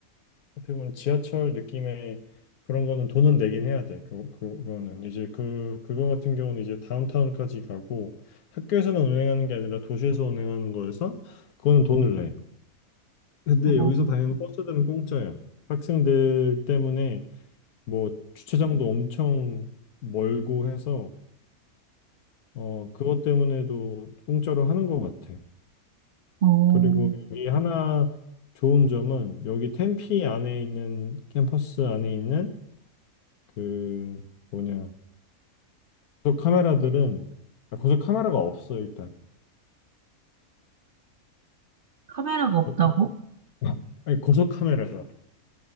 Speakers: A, on the left; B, on the right.
A: 어떻게 보면 지하철 느낌의 그런 거는 돈은 내긴 해야 돼. 그, 그, 그거는. 이제 그, 그거 같은 경우는 이제 다운타운까지 가고 학교에서만 운행하는 게 아니라 도시에서 운행하는 거여서 그거는 돈을 내. 근데
B: 어,
A: 여기서 다니는 버스들은 공짜야. 학생들 때문에 뭐 주차장도 엄청 멀고 해서 어, 그것 때문에도 공짜로 하는 것 같아.
B: 어,
A: 그리고 여기 하나 좋은 점은 여기 템피 안에 있는 캠퍼스 안에 있는 그 뭐냐 고속 카메라들은 아, 고속 카메라가 없어 일단
B: 카메라가 없다고?
A: 어, 어, 아니 고속 카메라가